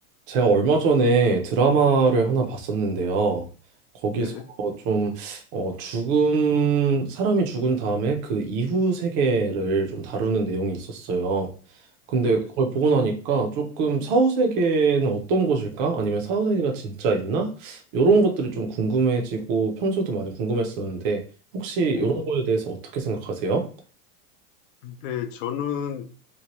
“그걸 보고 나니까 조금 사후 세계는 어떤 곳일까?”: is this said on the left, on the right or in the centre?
Right